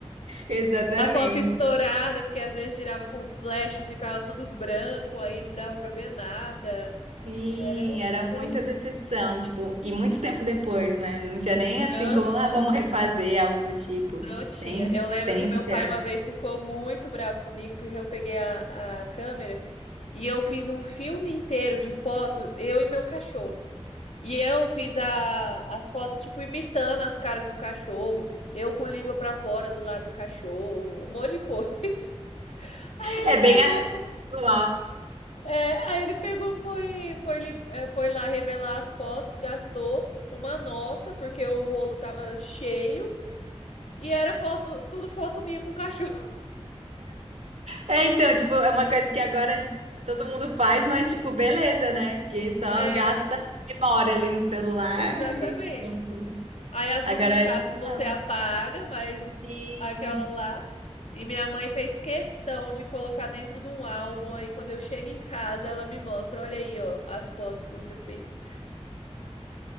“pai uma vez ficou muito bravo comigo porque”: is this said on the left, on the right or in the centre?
Left